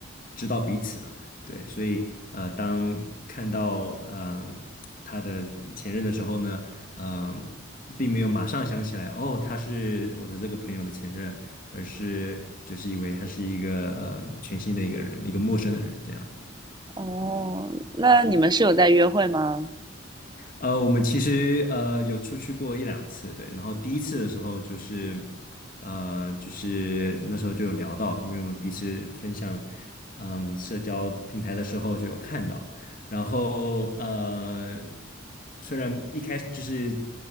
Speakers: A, on the left; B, on the right.
A: 知道彼此的，对，所以呃，当看到呃他的前任的时候呢，嗯、并没有马上想起来，哦，他是我的这个朋友的前任，而是只是以为他是一个呃全新的一个人，一个陌生的人这样。
B: 哦，那你们是有在约会吗？
A: 呃，我们其实呃有出去过一两次，对。然后第一次的时候就是，呃，就是那时候就有聊到，因为我们彼此分享，嗯，社交平台的时候就有看到。然后呃，虽然一开始就是